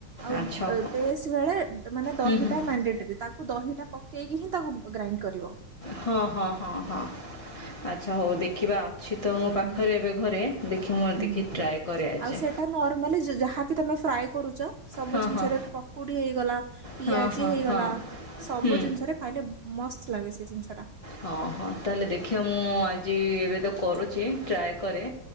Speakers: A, on the right; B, on the left.
A: ଆଉ
B: ଆଚ୍ଛା
A: ଏ <unintelligible>
B: ହଉ
A: ବେଳେ ମାନେ
B: ହୁଁ
A: ଦହିଟା
B: ହୁଁ
A: ମଣ୍ଡେ ଟୋରି ତା ତା ଦହିଟା ପକେଇକି ହିଁ ତାକୁ ଗ୍ରାଇଣ୍ଡ କରିବ।
B: ହଁ ହଁ ହଁ ହଁ ଆଚ୍ଛା ହଉ ଦେଖିବା ଆଉ। ଛି ତ ମୋ ପାଖରେ
A: ହୁଁ
B: ଏବେ ଘରେ ଦେଖି ମୋର
A: ହୁଁ।
B: ଦେଖି ଟ୍ରାଏ କରେ ଆଜି।
A: ଆଉ ସେଇଟା ନର୍ମାଲି ଯାହାବି ତମେ ଫ୍ରାଏ କରୁଚ ସବୁ
B: ହଁ
A: ଜିନିଷରେ
B: ହଁ
A: ପକୁଡି ହେଇଗଲା ପିଆଜି
B: ହଁ ହଁ
A: ହେଇଗଲା
B: ହଁ
A: ସବୁ
B: ହୁଁ
A: ଜିନିଷରେ ଖାଇଲେ ମସ୍ତ ଲାଗେ ସେଇ ଜିନିଷ ଟା।
B: ହଁ ହଁ ତା ହେଲେ ଦେଖିବା ମୁଁ ଆଜି ଏବେ ତ କରୁଛି ଟ୍ରାଏ କରେ